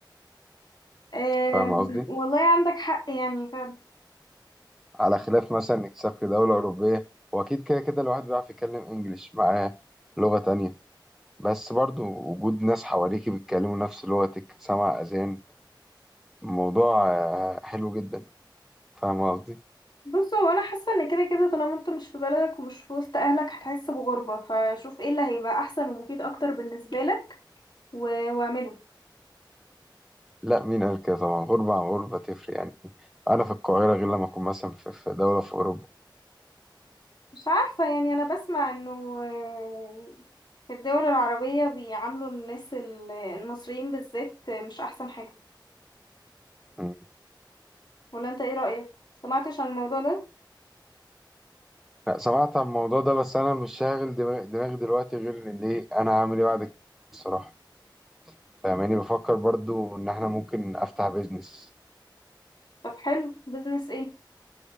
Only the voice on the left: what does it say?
أم
والله عندك حق يعني فعلا
بص هو انا حاسة ان كده كده طالما انت مش في بلدك ومش في وسط اهلك هتحس بغربة فشوف ايه اللي هيبقى احسن ومفيد اكتر بالنسبة لك و- واعمله
مش عارفة يعني أنا بسمع إنه آه، في الدول العربية بيعاملوا الناس ال- المصريين بالذات مش أحسن حاجة
ولا أنت إيه رأيك؟ سمعتش عن الموضوع ده؟
طب حلو بيزنس إيه؟